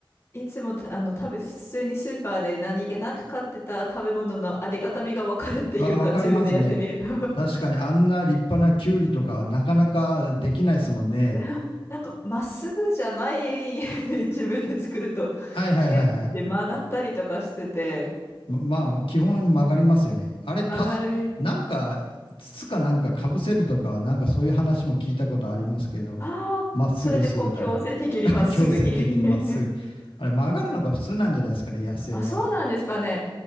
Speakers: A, on the left; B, on the left.
A: いつもたあの食べ、普通にスーパーで何気なく買ってた食べ物のありがたみがわかるっていうか、
B: わ、わかりますね。
A: 自分でやってみると
B: 確かにあんな立派なキュウリとかなかなかできないですもんね。
A: <laughs> なんか、まっすぐじゃない <laughs> 自分で作ると、
B: はいはいはいはい。
A: ヒューって曲がったりとかしてて、
B: ま、まあ、基本曲がりますよね。あれ、
A: 曲がる。
B: たす、なんか、筒かなんかかぶせるとか、なんかそういう話も聞いたことありますけど、
A: ああ、
B: まっすぐするために。
A: それでこう強制的にまっすぐに
B: <laughs> 強制的にまっすぐに。あれ、曲がるのが普通なんじゃないですかね、
A: <laughs>
B: 野生は。
A: あ、そうなんですかね。